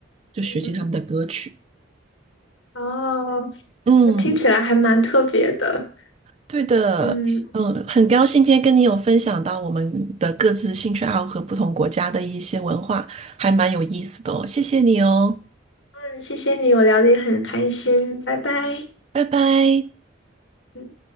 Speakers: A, on the right (about 30°); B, on the left (about 75°).
A: 就学习他们的歌曲，
B: 嗯，哦，
A: 嗯。
B: 那听起来还蛮特别的。
A: 对的，
B: 嗯，
A: 嗯，很高兴今天跟你有分享到我们的各自兴趣爱好和不同国家的一些文化，还蛮有意思的哦，谢谢你哦，
B: 嗯，谢谢你，我聊的也很开心，拜拜。
A: 拜拜。
B: 嗯。